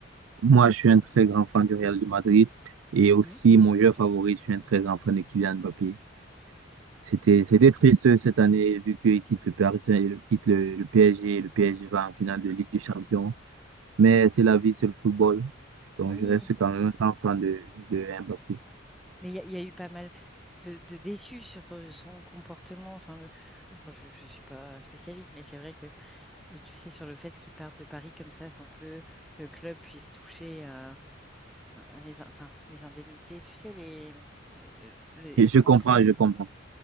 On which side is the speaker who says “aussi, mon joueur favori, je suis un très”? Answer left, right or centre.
Right